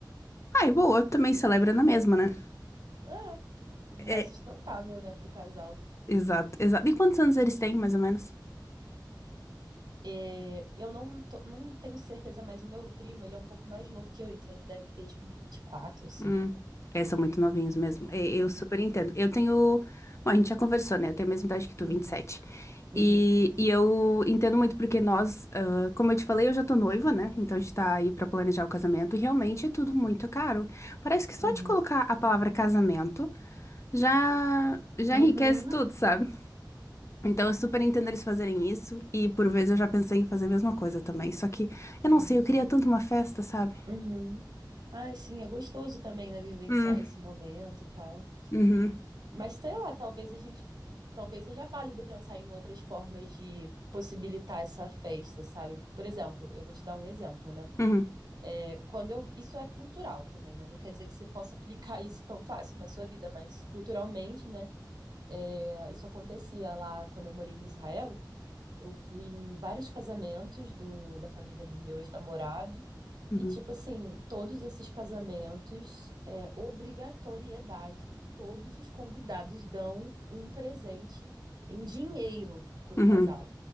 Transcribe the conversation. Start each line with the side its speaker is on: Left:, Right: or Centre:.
Left: Ai, boa, também celebra na mesma,
Right: É,
Left: né?
Right: é, mais
Left: É,
Right: sustentável, né, pro casal.
Left: exato, exato. E quantos anos eles têm, mais ou menos?
Right: É, eu não, tô- não tenho certeza, mas o meu primo, ele é um pouco mais novo que eu, então ele deve ter, tipo, uns 24 assim.
Left: Hum, é, são muito novinhos mesmo. É, Eu
Right: Uhum,
Left: super entendo. Eu tenho. Bom, a gente já conversou, né? Eu tenho a mesma idade que tu,
Right: uhum,
Left: 27.
Right: uhum,
Left: E, sete. e e eu entendo muito porque nós, ah, como eu te falei, eu já tô noiva, né? Então a gente tá aí pra planejar o casamento e realmente é tudo muito caro. Parece que só
Right: uhum,
Left: de colocar a palavra casamento já, já
Right: uhum,
Left: enriquece tudo, sabe? Então eu super entendo eles fazerem isso e por vezes
Right: uhum,
Left: eu já pensei em fazer a mesma coisa também. Só que eu não
Right: uhum,
Left: sei, eu queria tanto uma festa, sabe?
Right: uhum. Ai, sim, é gostoso também, né, vivenciar
Left: Hum,
Right: esse momento e tal.
Left: uhum,
Right: Mas sei lá, talvez a gente, talvez seja válido pensar em outras formas de possibilitar essa festa, sabe? Por exemplo, eu vou te dar um exemplo, né?
Left: uhum,
Right: É, quando eu, isso é cultural também, né? Não quer dizer que você possa aplicar <laughs> isso tão fácil na sua vida, mas culturalmente, né? é, isso acontecia lá quando eu morei em Israel. Eu fui em vários casamentos do, da família do meu ex-namorado.
Left: uhum,
Right: E, tipo assim, todos esses casamentos é obrigatoriedade que todos os convidados dão um presente em dinheiro pro
Left: uhum.
Right: casal.